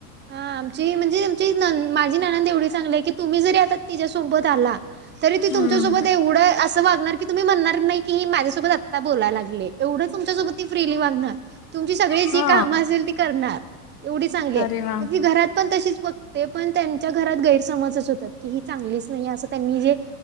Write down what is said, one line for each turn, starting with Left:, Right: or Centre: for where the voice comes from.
Right: हा आमची म्हणजे आमची माझी ननंद एवढी चांगली आहे की तुम्ही जरी आता तिच्यासोबत आला तरी ती
Left: हम्म
Right: तुमच्यासोबत एवढं असं वागणार की तुम्ही म्हणणार नाही की माझ्यासोबत आत्ता बोला लागल्या एवढ तुमच्यासोबत ती फ्रीली वागणार. तुमची सगळी जी
Left: हा
Right: कामं असेल ती करणार एवढी चांगलीये.
Left: अरे वा
Right: घरात पण तशीच बघते पण त्यांच्या घरात गैरसमजच होतात की ही चांगलीच नाही असं त्यांनी जे